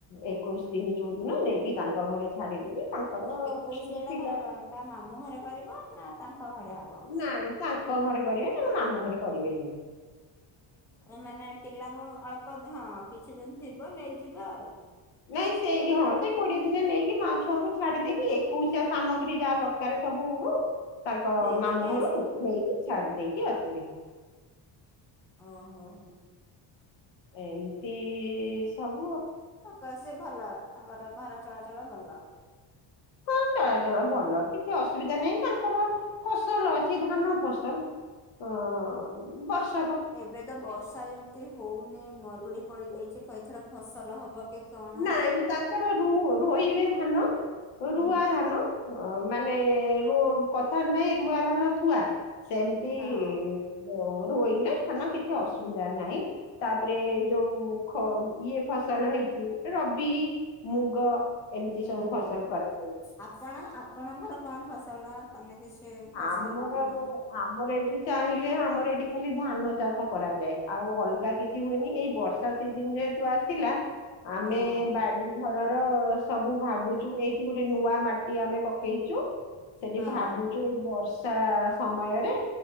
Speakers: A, on the left; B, in the centre.
A: ଏକୋଇଶ ଦିନି ଯୋଉଦିନ ନେଇକି ତାଙ୍କ ଘରେ ଛାଡିଦେବି ତାଙ୍କର
B: ଏକୋଇଶିଆ ଟା
A: ପିଲା
B: ଧରବ ତା ମାମୁଁ ଘରେ କରିବ ନା? କୋ ଘରେ ହବ?
A: ନାଇଁ ତାଙ୍କ ଘରେ କରିବେ ତାଙ୍କୁ ମାମୁଁ ଘରେ କରିବେନି ।
B: ଏ ମାନେ ପିଲାଙ୍କୁ ଅଳ୍ପ ହଁ କିଛି ଦିନ ଥିବ ନେଇଯିବେ ଆଉ ।
A: ନାଇଁ ସେଇ ହଁ ସେଇ କୋଡିଏ ଦିନ ନେଇକି ମା ଛଆଙ୍କୁ ଛାଡି ଦେଇକି ଏକୋଇଶିଆ ସାମଗ୍ରୀ ଯାହା ଦରକାର ସବୁ ହ ତାଙ୍କ
B: ଦେଇ ଦେଇକି
A: ମାମୁଁ ଘରୁ
B: ଆସିବେ।
A: ନେଇକି ଛାଡି ଦେଇକି ଆସିବେ ।
B: ଓ ହୋ ।
A: ଏମିତି ସବୁ ।
B: ତା କ ସେ ଭଲ । ତାଙ୍କର ଘର ଚଳାଚଳ ଭଲ ।
A: ହଁ ଚଳାଚଳ ଭଲ କିଛି ଅସୁବିଧା ନାହିଁ ତାଙ୍କର ଫସଲ ଅଛି ଧାନ ଫସଲ ଅ ବର୍ଷ
B: ଏବେ ତ ବର୍ଷା ଯେମିତି ହଉନି ମ ଉୁଡି ପଡି ଯାଇଛି ପ ଏଥର ଫସଲ ହବ କି? କଣ?
A: ନାଇଁ ତାଙ୍କର ରୁ ରୋଇିବେ ଧାନ
B: ହୁଁ।
A: ରୁଆ ଧାନ। ଅ ମାନେ ରୁ କଥା ନାଇଁ ରୁଆ ଧାନ ଥୁଆ। ସେମିତି
B: ହଁ।
A: ମୋର! ରୋଇଲେ ଧାନ କିଛି ଅସୁବିଧା ନାହିଁ ତାପରେ ଯୋଉ ଖ ଇଏ ଫସଲ ହେଇଛି! ରବି ମୁଗ! ଏମିତି
B: ହୁଁ
A: ସବୁ ଫସଲ
B: ହୁଁ
A: କରାଯାଏ
B: ଆପଣ! ଆପଣଙ୍କର କଣ ଫସଲ ତମେ କିଛି! ଫସଲ
A: ଆମର
B: କରିନ?
A: ଆମର ଏଠି ଚାହିଁଲେ ଆମର ଏଠି! ଖାଲି ଧାନ ଚାଷ କରାଯାଏ ଆଉ ଅଲଗା କିଛି ହୁଏନି ଏଇ ବର୍ଷା ସିଜିନ ଯେହେତୁ ଆସିଲା! ଆମେ
B: ହଁ।
A: ବାଡି ଘରର! ସବୁ ଭାବୁଛୁ ଏଇଠି ଗୋଟେ ନୂଆ ମାଟିଆମେ ପକେଇଛୁ। ସେଠି
B: ହଁ
A: ଭାବୁ! ଏଇ ବର୍ଷା ସମୟରେ